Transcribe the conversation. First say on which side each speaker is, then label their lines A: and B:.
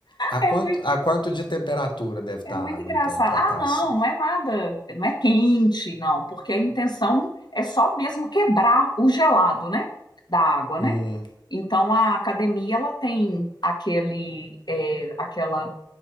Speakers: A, on the left (about 85°); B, on the left (about 65°).
A: A
B: É
A: quanto
B: muito
A: a quanto de temperatura deve estar
B: É muito
A: a água
B: engraçado.
A: então para
B: Ah,
A: estar
B: não,
A: assim?
B: não é nada, não é quente, não, porque a intenção é só mesmo quebrar o gelado, né, da água,
A: Hum,
B: né? Então a academia ela tem aquele, é, aquela